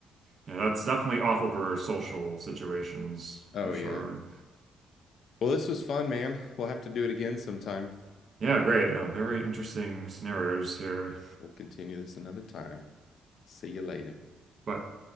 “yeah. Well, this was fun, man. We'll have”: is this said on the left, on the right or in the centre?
Left